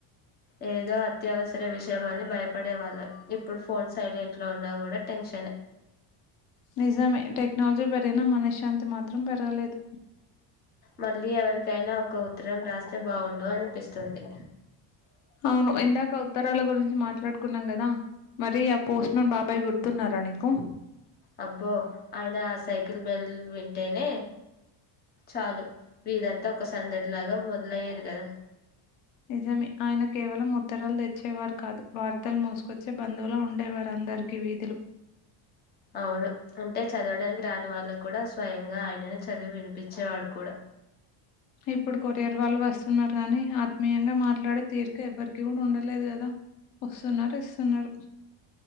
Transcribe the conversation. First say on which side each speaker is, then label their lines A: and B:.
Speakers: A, on the left; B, on the left.
A: ఏదో అత్యవసర విషయం అని బయపడే వాళ్ళం. ఇప్పుడు ఫోన్ సైలెంట్లో ఉన్నా గూడ టెన్షనే
B: నిజమే టెక్నాల్జీ పెరిగినా మనశ్శాంతి మాత్రం పెరగలేదు.
A: మళ్ళీ ఎవరికైనా ఒక ఉత్తరం రాస్తే బావుండు అన్పిస్తుంది.
B: అవును. ఇందాక ఉత్తరాల గురించి మాట్లాడుకున్నాం గదా మరి ఆ పోస్ట్మెన్ బాబాయ్ గుర్తున్నారా నీకు
A: అబ్బో ఆయన సైకిల్ బెల్ విం ంటేనే చాలు వీదం తా ఒక సందడి లాగా మొదలయ్యేది కదా
B: నిజమే ఆయన కేవలం ఉత్తరాలు తెచ్చేవారు కాదు వార్తలు మోసుకొచ్చే బంధువుల ఉండేవారు. అందరికి వీదిలో
A: అవును. అంటే చదవడానికి రాని వాళ్ళ కూడా స్వయంగా ఆయననే చదివి వినిపించేవాడు కూడా
B: ఇప్పుడు కొరియర్ వాళ్ళు వస్తున్నారు కానీ ఆత్మీయంగా మాట్లాడే తీరీక ఎవ్వరికి కూడా ఉండలేదు కదా వస్తున్నరు. ఇస్తున్నరు.